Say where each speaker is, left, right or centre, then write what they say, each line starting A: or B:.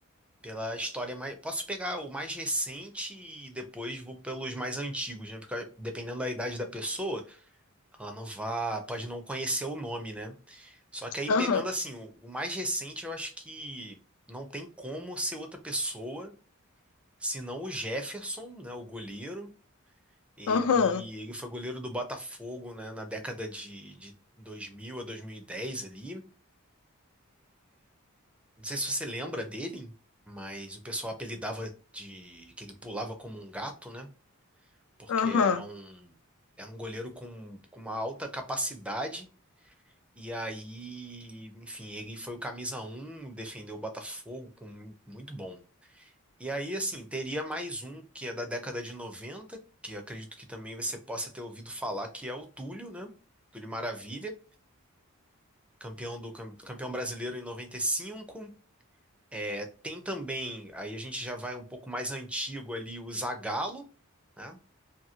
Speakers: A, in the centre; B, on the left.
A: pela história mais. Posso pegar o mais recente e depois vou pelos mais antigos, né? Porque dependendo da idade da pessoa, ela não vá, pode não conhecer o nome, né? Só que aí
B: Aham,
A: pegando assim, o, o mais recente, eu acho que não tem como ser outra pessoa, senão o Jefferson, né, o goleiro. Ele,
B: aham,
A: ele foi goleiro do Botafogo, né, na década de, de 2000 a 2010 ali. Não sei se você lembra dele, mas o pessoal apelidava de que ele pulava como um gato, né? Porque
B: aham.
A: era um, era um goleiro com, com uma alta capacidade E aí, enfim, ele foi o camisa um defendeu o Botafogo com mu- muito bom. E aí, assim, teria mais um que é da década de 90 que acredito que também você possa ter ouvido falar, que é o Túlio, né? Túlio Maravilha, campeão do cam- campeão brasileiro em 95. É, tem também, aí a gente já vai um pouco mais antigo ali, o Zagallo, né?